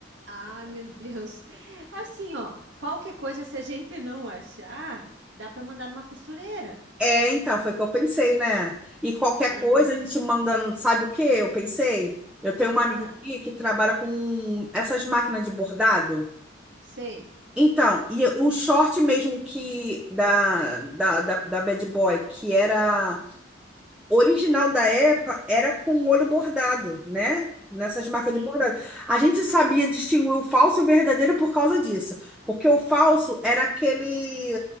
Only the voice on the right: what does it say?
Ah, meu Deus. Assim, ó, qualquer coisa, se a gente não achar, dá para mandar numa costureira.
Aham.
Ah,
sei.
Sim.